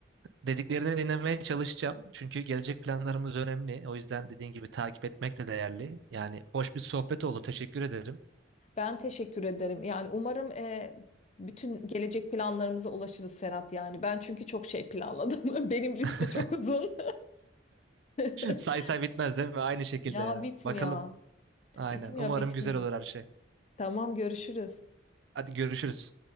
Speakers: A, on the right (about 60°); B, on the left (about 35°).
A: dediklerini dinlemeye çalışacağım. Çünkü gelecek planlarımız önemli. O yüzden dediğin gibi takip etmek de değerli. Yani hoş bir sohbet oldu. Teşekkür ederim.
B: ben teşekkür ederim. Yani umarım e, bütün gelecek planlarımıza ulaşırız Ferhat yani. Ben çünkü çok şey planladım. <laughs> Benim liste
A: <laughs>
B: çok uzun. <laughs>
A: Say say bitmez değil mi? Aynı şekilde
B: Ya
A: ya.
B: bitmiyor.
A: Bakalım. Aynen.
B: Bitmiyor,
A: Umarım
B: bitmiyor.
A: güzel olur her şey.
B: Tamam görüşürüz.
A: Hadi görüşürüz.